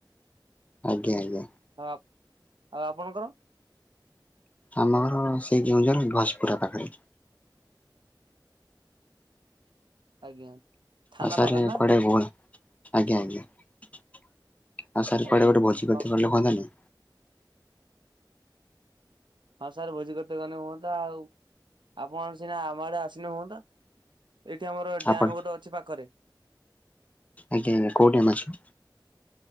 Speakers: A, on the left (about 15°); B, on the right (about 75°).
A: ଆଜ୍ଞା ଆଜ୍ଞା।
B: ଆ ଆଉ ଆପଣଙ୍କର।
A: ଆମ ଘର ସେଇ କେଉଁଝର ଘସିପୁରା ପାଖରେ।
B: ଆଜ୍ଞା। ଥାନା
A: ଆଉ ସାରେ
B: ପାଖରେ ନା
A: କୁଆଡେ ବୁଲ ଆଜ୍ଞା ଆଜ୍ଞା। ଆଉ ସାର୍
B: ଆଜ୍ଞା
A: କୁଆଡ଼େ ଗୋଟେ ଭୋଜି
B: କଣ
A: କରୀତେ ଭଲ ହୁଅନ୍ତାନି।
B: ହଁ ସାର ଭୋଜି କରିତେ ଗନେ ହୁଅନ୍ତା ଆଉ। ଆପଣ ସିନା ଆମ ଆଡେ ଆସିନେ ହୁଅନ୍ତା। ଏଇଠି ଆମର ଡ୍ୟାମ
A: ଆପଣ
B: ଗୋଟେ ଅଛି ପାଖରେ।
A: ଆଜ୍ଞା ଆଜ୍ଞା କୋଉଠି ଆମେ ଅଛୁ।